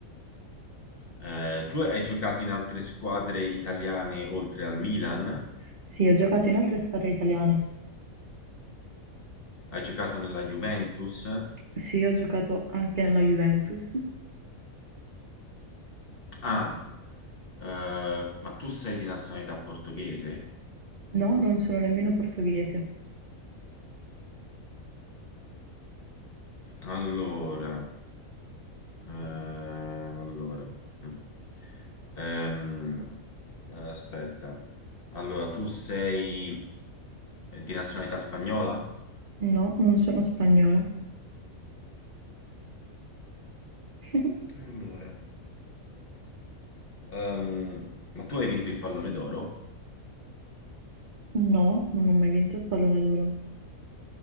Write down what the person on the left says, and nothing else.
eh, tu hai giocato in altre squadre italiane oltre al Milan?
Hai giocato nella Juventus?
Ah, eh, ma tu sei di nazionalità portoghese?
Allora. Eh, allora, mm. Ehm, eh, aspetta. Allora, tu sei di nazionalità spagnola?
Allora. Ehm, ma tu hai vinto il pallone d'oro?